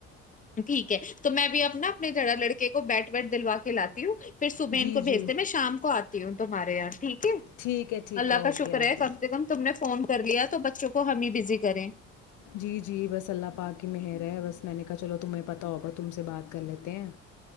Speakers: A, on the left; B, on the left.
A: ٹھیک ہے تو میں بھی اپنا اپنے جرا لڑکے کو بیٹ بیٹ دلوا کے لاتی ہوں پھر صبح
B: جی
A: ان کو
B: جی
A: بھیجتے میں شام کو آتی ہوں تمہارے یہاں ٹھیک ہے
B: ٹھیک ہے ٹھیک
A: اللہ
B: ہے اوکے
A: کا شکر
B: آتی
A: ہے کم سے کم تم نے فون کر لیا تو بچوں کو ہم ہی بزی کریں
B: جی جی بس اللہ پاک کی مہر ہے بس میں نے کہا چلو تمہیں پتتا ہوگا تم سے بات کر لیتے ہیں